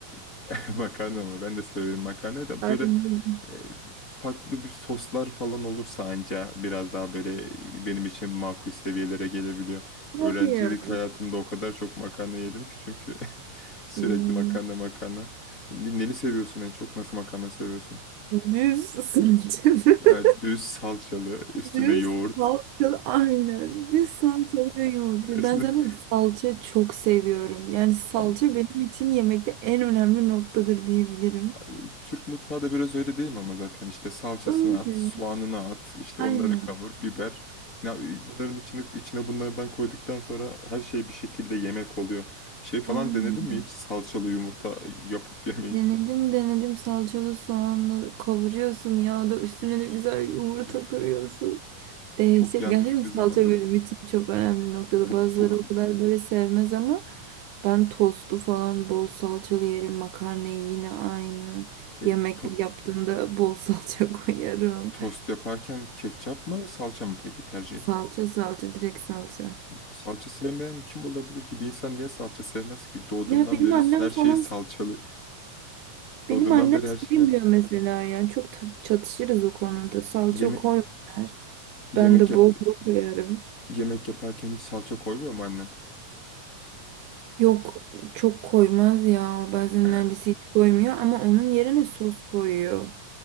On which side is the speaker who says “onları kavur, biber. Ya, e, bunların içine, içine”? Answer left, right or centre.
Left